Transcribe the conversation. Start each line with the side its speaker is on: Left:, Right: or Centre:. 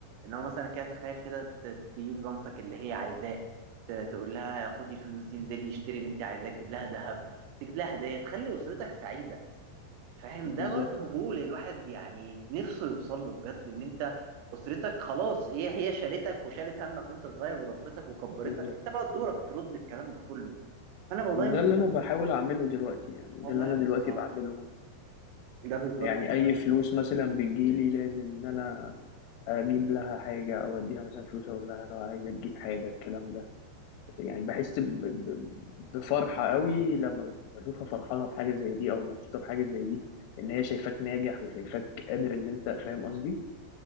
Right: ان هو مثلا كده تخيل كده ت- تجيب لمامتك اللي هي عايزاه ت- تقول لها خدي الفلوس دي انزلي اشتري اللي انت عايزاه تجيب لها ذهب تجيب لها هدايا تخلي اسرتك سعيده فاهم
Left: بالظبط
Right: ده برضو جول الواحد يعني نفسه يوصل له بجد ان انت اسرتك خلاص هي هي شالتك وشالت همك وانت صغير وربتك وكبرتك
Left: بالظبط
Right: انت بقى دورك ترد الكلام ده كله فانا والله
Left: وده
Right: من
Left: اللي انا بحاول اعمله دلوقتي يعني
Right: والله
Left: ده اللي انا
Right: بالظبط
Left: دلوقتي بعمله
Right: ده بالظبط
Left: يعني
Right: اللي
Left: اي
Right: أنا
Left: فلوس مثلا بتجيلي لازم ان انا اجيب لها حاجة او اديها مثلا فلوس اقول لها لو عايزة تجيب حاجة الكلام ده يعني بحس ب- ب- بفرحة قوي لما بشوفها فرحانة بحاجة زي دي أو مبسوطة بحاجة زي دي إن هي شايفاك ناجح وشايفاك قادر إن أنت فاهم قصدي